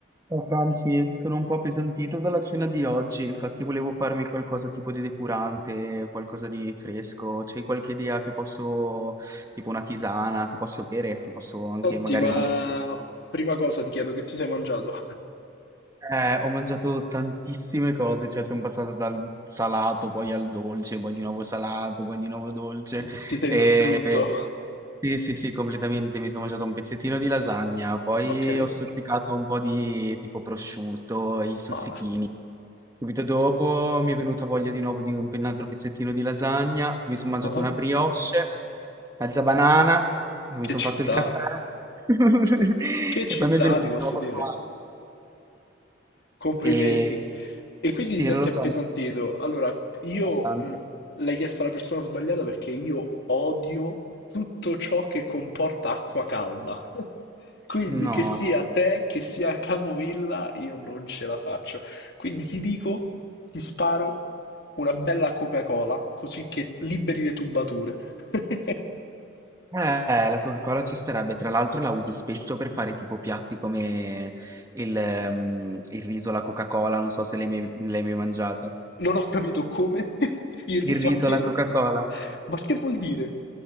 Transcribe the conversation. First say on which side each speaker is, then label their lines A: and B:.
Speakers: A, on the right (about 15°); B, on the left (about 55°).
A: Ciao Franci, sono un po' appesantito dalla cena di oggi, infatti volevo farmi qualcosa tipo di depurante, qualcosa di fresco. C'hai qualche idea che posso, tipo una tisana, che posso bere, che posso
B: Senti,
A: anche magari
B: ma
A: mangiare qualcosa? di-
B: prima cosa ti chiedo che ti sei mangiato?
A: Eh, ho mangiato tantissime cose, cioè sono passato dal salato, poi al dolce, poi di nuovo salato, poi di nuovo dolce.
B: <laughs> Ti sei
A: E...
B: distrutto?
A: Sì, sì, sì, completamente. Mi sono mangiato un pezzettino di lasagna, poi
B: Ok,
A: ho stuzzicato un po' di tipo prosciutto, i stuzzichini.
B: ma
A: Subito dopo mi è venuta voglia di nuovo di un un altro pezzettino di lasagna, mi sono mangiato
B: ma
A: una brioche, mezza banana, mi
B: che
A: sono
B: ci
A: fatto
B: sta?
A: il caffè <laughs>
B: Che
A: e
B: ci
A: poi
B: sta,
A: mi è venuto
B: ti
A: di
B: posso
A: nuovo
B: dire?
A: fame.
B: Complimenti.
A: E
B: E quindi
A: sì,
B: ti senti
A: non lo so,
B: appesantito. Allora, io
A: abbastanza.
B: mh, l'hai chiesto alla persona sbagliata perché io odio tutto ciò che comporta acqua calda. <laughs> Quindi,
A: No,
B: che sia te, che sia Capovilla, io non ce la faccio. Quindi ti dico, ti sparo una bella Coca-Cola, così che liberi le tubature. <laughs>
A: eh, la Coca-Cola ci starebbe, tra l'altro la uso spesso per fare tipo piatti come il, ehm, il riso alla Coca-Cola, non so se l'hai mai, l'hai mai mangiato.
B: Non ho capito come, <laughs> il riso
A: Il riso
B: a che,
A: alla Coca-Cola.
B: <laughs> ma che vuol dire?